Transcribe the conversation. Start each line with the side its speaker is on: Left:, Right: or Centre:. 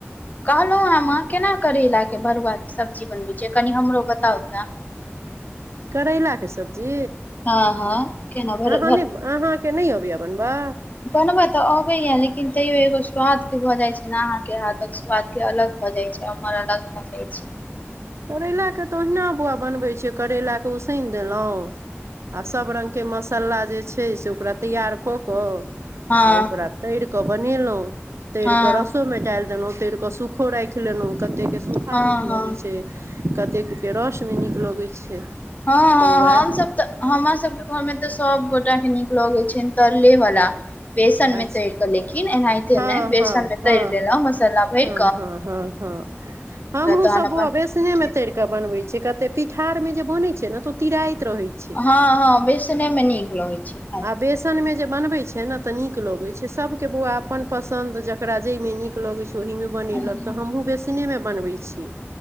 Left: कहलहुँ हें माँ केना करैलाके बरुआके सब्जी बनबैत छै कनि हमरो बताउ तऽ
Right: करैलाके सब्जी
Left: हँ हँ केना भर
Right: अहाँ नहि अहाँके नहि अबय बनबा
Left: बनबय तऽ अबैया लेकिन तैयो एगो स्वादके भऽ जाइत छै ने अहाँके हाथक बाद के अलग भऽ जाइ छै अमर अलग भऽ जाइ छै
Right: करैलाके तऽ ओहिना बौआ बनबै छै करैलाके उसनि देलहुँ आ सभ रंगके मसाला जे छै से ओकरा तैयार कऽ कऽ
Left: हँ
Right: आ ओकरा तर कऽ बनेलहुँ तर
Left: हँ
Right: कऽ रसोमे डालि देलहुँ तर कऽ सूख सूखो राखि लेलहुं कते के सूखा
Left: हँ
Right: नीक
Left: हँ
Right: लगै छै कतेकके रसमे नीक लगैत छै
Left: हँ हँ
Right: तऽ उएह
Left: हम सब तऽ हमर सभके घरमे तऽ सभगोटाके नीक लगैत छनि तरलेवला बेसनमे
Right: अच्छा
Left: तैर कऽ लेकिन एनाते
Right: हँ
Left: ने बेसन
Right: हँ
Left: मे
Right: हँ
Left: तैर लेल मसाला भैरि
Right: हँ हँ हँ हँ हमहूँ
Left: तहन
Right: सब बौआ
Left: अपन
Right: बेसने मे तैर के बनवे छियै कते पिठार मे जे बनय छै ने तो तिराइत रहे छै
Left: हँ हँ बेसने मे नीक लगै छै
Right: आ बेसनमे जे बनबै छै ने तऽ नीक लगैत छै सभके बौआ अपन पसन्द जकरा जाहिमे नीक लगैत छै ओहीमे बनेलक
Left: मे
Right: तऽ हमहूँ बेसनेमे बनबैत छियै